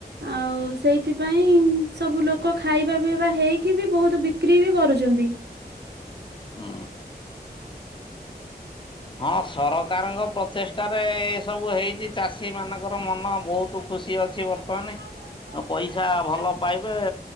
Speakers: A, on the right; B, on the left.
A: ଆଉ ସେଇଥିପାଇଁ ସବୁ ଲୋକ ଖାଇବା ପିଇବା ହେଇକି ବି ବହୁତ ବିକ୍ରି ବି କରୁଚନ୍ତି।
B: ହୁଁ। ହଁ ସରକାରଙ୍କ ପ୍ରଚେଷ୍ଟାରେ-ଏ-ଏ ସବୁ ହେଇଚି। ଚାଷୀମାନଙ୍କର ମନ ବହୁତ ଖୁସି ଅଛି
A: କପଟ
B: ବର୍ତ୍ତମାନ ପଇସା ଭଲ ପାଇବେ